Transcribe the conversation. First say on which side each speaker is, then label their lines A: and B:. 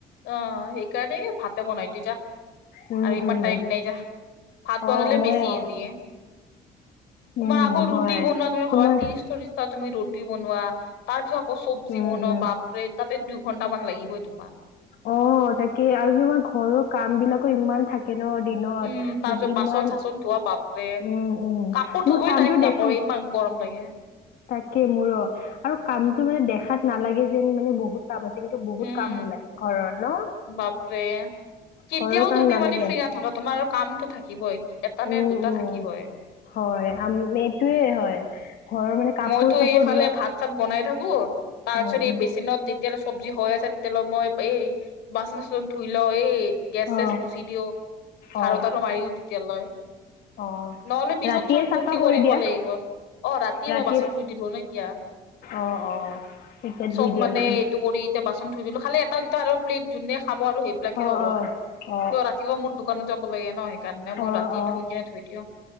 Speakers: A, on the left; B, on the left.
A: অ' সেইকাৰণে ভাতে বনাই দিও যা
B: উম
A: আৰু ইমান
B: উম
A: টাইম নাই যা ভাত বনালে
B: অ মই
A: বেছি
B: অ
A: ইজিয়ে তোমাৰ
B: উম
A: আকৌ ৰুটি
B: হয়
A: বনোৱা তুমি
B: তোমাৰ
A: ভাবা ত্ৰিশ চল্লিশ তুমি ৰুটি বনোৱা তাৰ পিছত আকৌ চব্জি
B: উম
A: বনোৱা
B: উম
A: বাপ বাপৰে তাতে দুই ঘণ্টামান লাগিবই তোমাৰ
B: অ' তাকে আৰু তোমাৰ ঘৰৰ কাম বিলাকো ইমান থাকে কেনৰ দিনত
A: উম, তাৰ পিছত
B: ইমান
A: বাচন চাচন
B: উম
A: ধোৱা বাপৰে।
B: উম
A: কাপোৰ
B: তোমাৰ
A: ধুবই
B: কামটো
A: টাইম নাপাওঁ
B: দেখা
A: ইমান গৰম লাগে
B: তাকে মো-ৰ আৰু কামটো মানে দেখাত নালাগে যেন মানে বহুত কাম আছে কিন্তু বহুত
A: উম,
B: কাম ওলাই ঘৰৰ ন
A: বাপৰে কেতিয়াও
B: ঘৰৰ কাম
A: তুমি
B: নালাগে
A: মানে ফ্ৰী নাথাকা তোমাৰ কামটো থাকিবই এটা
B: উম
A: নে দুটা
B: উম
A: থাকিবই
B: হয় আম এটোৱে হয় ঘৰৰ মানে কাপোৰ
A: মইতো
B: চাপোৰ
A: এইফালে
B: ধোৱা
A: ভাত চাত বনাই থাকো তাৰ
B: উম
A: পিছত
B: উম
A: এই বেচিনত তিত তিয়ালৈ চব্জি হৈ আছে তেতিয়ালৈ মই এই বাচন চাচন ধুই লওঁ এই গেছ
B: অ
A: চেছ মুচি দিও ঝাৰু
B: অ
A: তাৰু মাৰি দি তেতিয়ালৈ
B: অ
A: নহলে পিছত
B: ৰাতিয়ে
A: চোন
B: চাফা
A: মোকে
B: কৰি
A: কৰিব
B: দিয়া
A: লাগিব অ ৰাত কি
B: ৰাতি
A: মই বাচন ধুই দিলোঁ ন এতিয়া
B: অ অ তেতিয়া ধুই
A: চব
B: দিয়া
A: মানে
B: ন।
A: টো কৰি এতিয়া বাচন ধুই দিলো খালি এটা দুটা আৰু প্লেট যোনে খাব আৰু সেইবিলাকে
B: অ
A: হ'ব
B: অ অ অ
A: তে ৰাতিপুৱা মোৰ দোকানত যাব লাগে ন সেইকাৰণে মই
B: অ
A: ৰাতি
B: অ
A: ধুই কেনে থৈ দিও